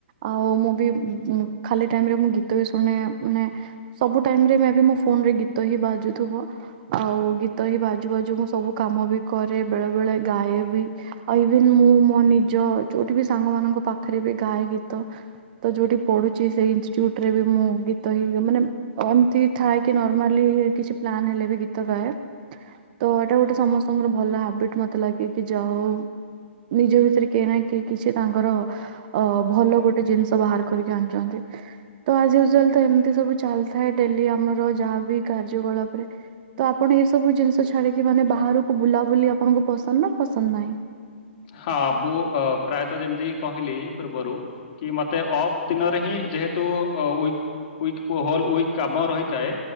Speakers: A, on the right; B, on the left.
A: ଆଉ ମୁଁ ବି <unintelligible> ଉ‍ଁ ଖାଲି ଟାଇମରେ ମୁଁ ଗୀତ ବି ଶୁଣେ ମାନେ ସବୁ ଟାଇମରେ ମେ ବି ମୋ ଫୋନରେ ଗୀତ ହିଁ ବାଜୁ ଥିବ ଆଉ ଗୀତ ହିଁ ବାଜୁ ବାଜୁ ମୁଁ ସବୁ କାମ ବି କରେ ବେଳେ ବେଳେ ଗାଏ ବି ଆଉ ଇଭିନ ମୁଁ ମୋ ନିଜ ଯୋଉଠି ବି ସାଙ୍ଗ ମାନଙ୍କ ପାଖରେ ବି ଗାଏ ଗୀତ ତ ଯୋଉଠି ପଢୁଛି ସେଇ ଇନ୍ଷ୍ଟୁଟରେ ବି ମୁଁ ଗୀତଇ ମାନେ ଏମତି ଥାଏ କି ନର୍ମାଲି କିଛି ପ୍ଲାନ ହେଲେ ବି ଗୀତ ଗାଏ। ତ ଏଇଟା ଗୋଟେ ସମସ୍ତଙ୍କର ଭଲ ହାବିଟ୍ ମତେ ଲାଗେ କିି ଯାହା ହୋଉ ନିଜ ଭିତରେ କେହି ନା କେହି କିଛି ତାଙ୍କର ଅ ଭଲ ଗୋଟେ ଜିନିଷ ବାହାର କରିକି ଆଣିଛନ୍ତି। ତ ଆଜୟୁଜାଲ ତ ଏମିତି ସବୁ ଚାଲିଥାଏ ଡେଲି ଆମର ଯାହାବି କାର୍ଯ୍ୟକଳାପ ତ ଆପଣ ଏଇ ସବୁ ଜିନିଷ ଛାଡିକି ମାନେ ବାହାରକୁ ବୁଲାବୁଲି ଆପଣଙ୍କୁ ପସନ୍ଦ ନା ପସନ୍ଦ ନାହିଁ?
B: ହଁ ମୁଁ ଅ ପ୍ରାୟତଃ ଯେମିତିକ କହିଲି ପୂର୍ବରୁ କି ମତେ ଅଫ୍ ଦିନରେ ହିଁ ଯେହେତୁ ଅ ଉଇକ୍ ହୋଲ ଉଇକ୍ କାମ ରହିଥାଏ।